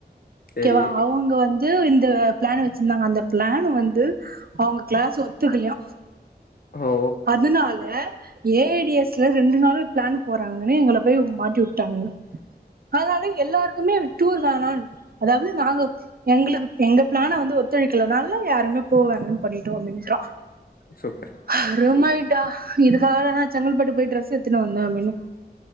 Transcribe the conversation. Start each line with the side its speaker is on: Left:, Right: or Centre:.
Left: சேரி
Right: கேவா அவுங்க வந் து இந்த ப்ளேன் வச்சிருந்தாங்க அந்த பிளான் வந்து அவுங்க கிளாஸ் ஒத்துக்கல்யா
Left: ஓ
Right: அதுனால ஏஏடிஎஸ்ல ரெண்டு நாள்ளு ப்ளேன் போறாங்கன்னு எங்கள போய் மாட்டி உட் டாங்க அத்னால எல்லாருக்குமே டூர் தானால் அதாவ்து நாங்க எங்ளுக்கு எங்க ப்ளான வந்து ஒத்துழைக்கலனால யாருமே போ வேணானு பண்ணிட்டோ அப்டின்றா
Left: சூப்பர்
Right: அருமைடா இதுக்காகதா செங்கல்பட்டு போய் ட்ரெஸ் எடுத்துனு வந்த அப்டினு